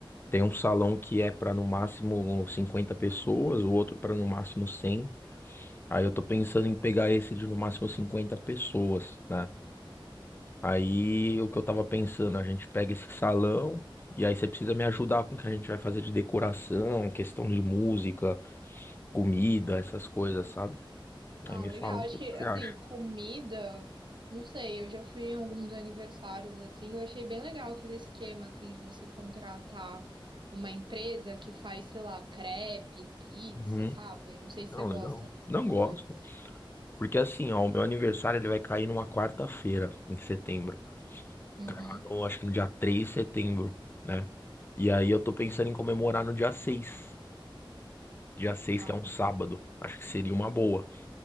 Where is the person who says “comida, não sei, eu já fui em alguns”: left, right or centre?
Right